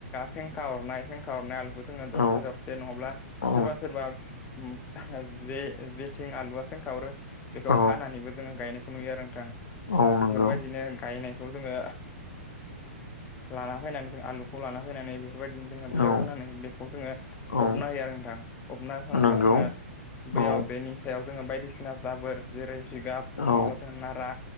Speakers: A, on the left (about 20°); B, on the left (about 85°).
A: फेंखा हरनाय फेंखा हरनाय आलु जोङो
B: औ
A: दरसे दरसे नङाब्ला
B: औ
A: सोरबा सोरबा जे जेथिं आलुवथिों खावरो बेखौ
B: औ
A: हानानैबो जोङो गायनो नुयो आरो नोंथां
B: औ नंगौ
A: बेफोरबायदिनो गायनाय खौ जोङो लाना फैनानै आलुखौ लाना फैनानै बेफोरबायदि जोङो बेयाव
B: औ
A: होनानै बेखौ जोङो
B: औ
A: फबना होयो आरो नोंथां फबना होखांब्ला
B: नंगौ
A: जोङो बेयाव
B: औ
A: बेनि सायाव जोङो बायदिसिना जाबोर जेरै जिगाब
B: औ
A: नङाब्ला जोङ नारा